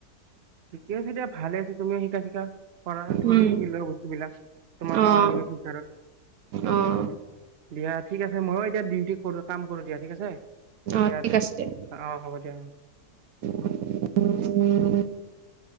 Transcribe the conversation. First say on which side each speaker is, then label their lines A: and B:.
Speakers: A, on the right; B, on the right.
A: ঠিকে আছে দিয়া ভালে আছ তুমিে শিকা শিকা কৰা শিকি
B: উম,
A: থিকি লোৱা বস্তুবলাক তোমাৰ কামত
B: অ',
A: আহিব ফিউচাৰত
B: অ',
A: উ দিয়া ঠিক আছে ময় এতিয়া ডিউটি কৰ কাম কৰো দিয়া ঠিক আছে, দিয়া
B: অ', ঠিক
A: দে
B: আছে দিয়া,
A: অ হ'ব দিয়া, অ।
B: <unintelligible>